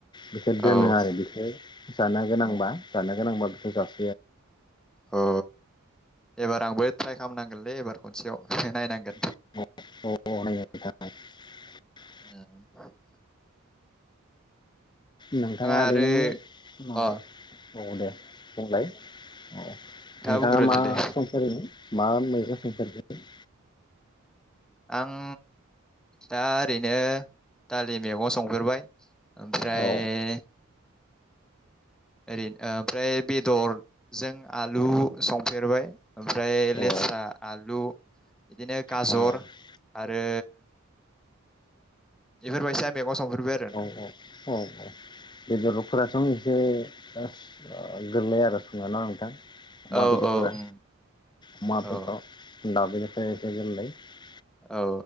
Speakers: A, on the left; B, in the centre.
A: बेखौ
B: औ
A: दोनो आरो बेखौ जानो गोनांबा
B: औ
A: जानो गोनांबा <unintelligible>
B: अ एबार आंबो ट्राय खालामनांगोनलै एबार खनसेयाव। नायनांगोन।
A: <unintelligible> <inaudible>
B: उम
A: नोंथाङा
B: आरो
A: ओरैनो उनाव
B: अ
A: औ दे बुंलाय? अ नोंथाङा
B: बुंग्रोदो
A: मा
B: दे
A: सम फारिनि? मा ओन्नाय जाखो <unintelligible>
B: आं दा ओरैनो दालि मैगं संफेरबाय। ओमफ्राय
A: औ
B: ओरै ओमफ्राय बेदर जों आलु संफेरबाय ओमफ्राय लेस्रा
A: औ
B: आलु बिदिनो गाजर
A: औ
B: आरो बेफोरबायसा मैगं संफेरबाय आरो
A: औ औ औ बेदरफोरासं' एसे ओ गोरलै आरो संनोना नोंथां अमा
B: औ
A: बेदरफोरा।
B: औ उम,
A: अमा बेद-अ।
B: औ
A: दाबुनिफ्रायस <unintelligible>
B: औ